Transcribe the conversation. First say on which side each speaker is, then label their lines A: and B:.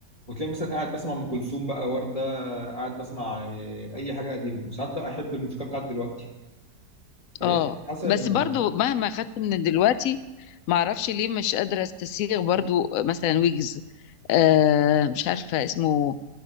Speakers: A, on the left (about 20°); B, on the left (about 65°).
A: وتلاقي مثلا قاعد بسمع ام كلثوم بقى ورده قاعد بسمع آه، اي حاجه قديمه وساعات بقى احب الموسيقى بتاعت دلوقتي فهي
B: اه
A: حسب
B: بس
A: ما-
B: برضو مهما خدت من دلوقتي ما اعرفش ليه مش قادره استسيغ برضو مثلا ويجز آه مش عارفه اسمه